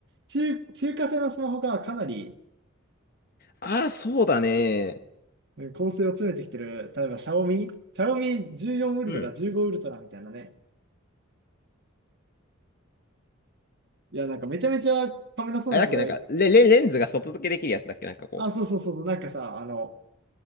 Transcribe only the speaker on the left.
ああ、そうだね。
うん。
あれだっけ、なんか、レ、レ、レンズが外付けできるやつだっけ、なんかこ